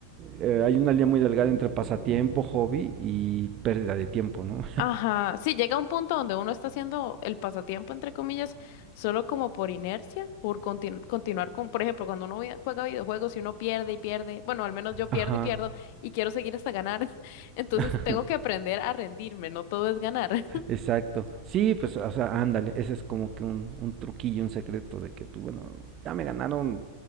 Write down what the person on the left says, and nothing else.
Ajá, sí, llega un punto donde uno está haciendo el pasatiempo, entre comillas, solo como por inercia, por continu- continuar con, por ejemplo, cuando uno vi- juega videojuegos y uno pierde y pierde, bueno, al menos yo pierdo
y pierdo y quiero seguir hasta ganar, <laughs> entonces
tengo que aprender a rendirme, no todo es ganar. <laughs>